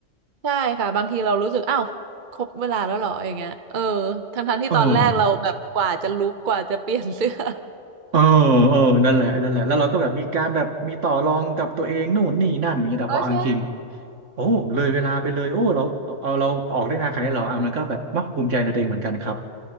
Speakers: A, on the right; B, on the right.
A: ใช่ค่ะบางทีเรารู้สึกอ้าวครบเวลาแล้วเหรออย่างเงี้ยเออทั้งๆที่ตอนแรกเราแบบกว่าจะลุกกว่าจะเปลี่ยนเสื้อ
B: เออเออเออนั่นแหละนั่นแหละแล้วเราก็แบบมีการแบบมีต่อรองกับตัวเองนู่นนี่นั่นอย่างเงี้ยแต่พอเอาจริง
A: <laughs> เออใช่
B: โอ้เลยเวลาไปเลยโอ้เราเอาเอาเราออกได้นานขนาดนี้เหรออ่ะมันก็แบบมักภูมิใจในตัวเองเหมือนกันครับ